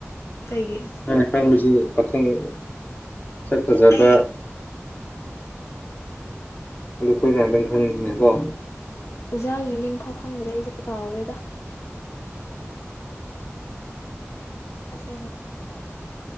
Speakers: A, on the left; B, on the left.
A: ꯀꯩꯒꯤ
B: ꯅꯪꯅ ꯈꯪꯕꯁꯤ ꯄꯥꯈꯡꯕ ꯁꯛ ꯐꯖꯕ
A: ꯑꯩ
B: ꯑꯗꯨ ꯑꯩꯈꯣꯏ ꯉꯥꯛꯇꯪ ꯈꯪꯅꯤꯡꯅ ꯀꯣ꯫
A: ꯑꯣꯖꯥꯒꯤ ꯃꯤꯡ ꯐꯥꯎ ꯈꯪꯗ꯭ꯔꯦ ꯑꯩꯁꯦ ꯀꯥꯎꯔꯦꯗ ꯑꯁꯦꯡꯕ